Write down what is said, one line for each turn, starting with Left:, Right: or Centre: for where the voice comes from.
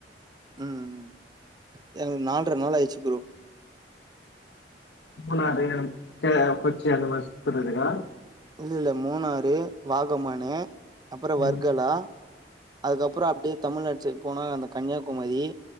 Right: ம் எங்களுக்கு நால்ற நாள் ஆயிடிச்சு ப்ரோ
Left: மூனாறு <unintelligible> கொச்சி அந்த மாரி சுத்தறதுக்கா
Right: இல்ல இல்ல மூணாறு வாகமானு அப்பறம் வர்கலா
Left: ம்
Right: அதுக்கப்பறம் அப்டியே தமிழ்நாடு சைட் போனா அந்த கன்னியாகுமரி